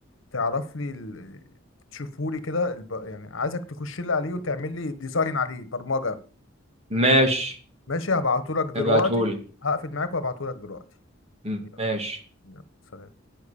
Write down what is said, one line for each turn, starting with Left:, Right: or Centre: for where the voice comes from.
Left: تعرف لي ال... تشوفه لي كده الب... يعني عايزك تخش لي عليه وتعمل لي ديزاين عليه برمجة
Right: ماشي
Left: ماشي هبعته لك دلوقتي
Right: ابعتهولي
Left: هقفل معاك وهبعته لك دلوقتي
Right: ماشي
Left: يلا يلا سلام